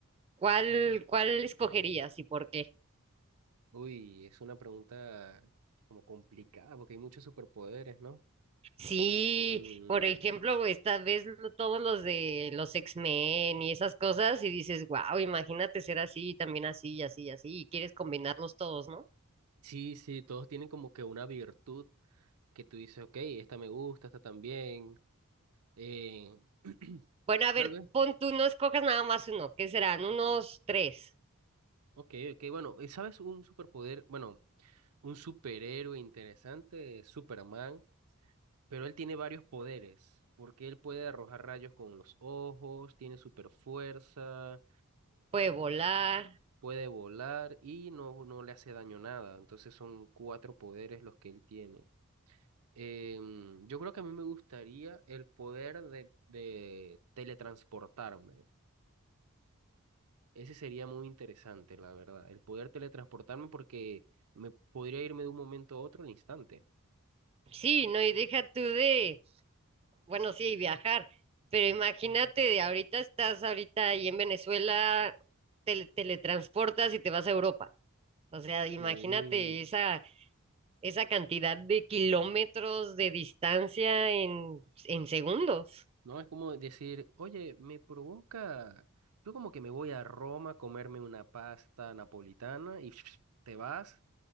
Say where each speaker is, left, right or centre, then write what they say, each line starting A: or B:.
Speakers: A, on the right (about 25°); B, on the right (about 80°).
A: ¿cuál, cuál escogerías y por qué?
B: Uy, es una pregunta como complicada, porque hay muchos superpoderes, ¿no?
A: Sí,
B: Mm,
A: por ejemplo, esta vez lo- todos los de los X-Men y esas cosas, y dices, wow, imagínate ser así, también así, y así, y así, y quieres combinarlos todos, ¿no?
B: sí, sí, todos tienen como que una virtud que tú dices, ok, esta me gusta, esta también. Eh, <clears throat>
A: Bueno, a ver,
B: tal vez,
A: pon tú, no escojas nada más uno, ¿qué serán? Unos tres.
B: ok, ok, bueno, ¿y sabes un superpoder? Bueno, Un superhéroe interesante, Superman, pero él tiene varios poderes, porque él puede arrojar rayos con los ojos, tiene super fuerza
A: Puede volar
B: puede volar y no, no le hace daño nada. Entonces son cuatro poderes los que él tiene. Em, yo creo que a mí me gustaría el poder de, de teletransportarme. Ese sería muy interesante, la verdad. El poder teletransportarme porque me podría irme de un momento a otro al instante.
A: Sí, no, y deja tú de, bueno, sí, viajar, pero imagínate de ahorita estás ahorita ahí en Venezuela, te teletransportas y te vas a Europa. O sea, imagínate
B: Sí.
A: esa, esa cantidad de kilómetros de distancia en, en segundos.
B: No es como decir, oye, me provoca. Yo como que me voy a Roma a comerme una pasta napolitana y <sniffs> te vas,